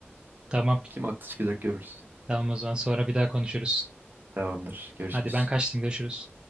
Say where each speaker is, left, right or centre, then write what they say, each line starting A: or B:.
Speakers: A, on the right; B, on the right.
A: Tamam.
B: Kim haklı çıkacak görürüz.
A: Tamam o zaman sonra bir daha konuşuruz.
B: Tamamdır. Görüşürüz.
A: Hadi ben kaçtım görüşürüz.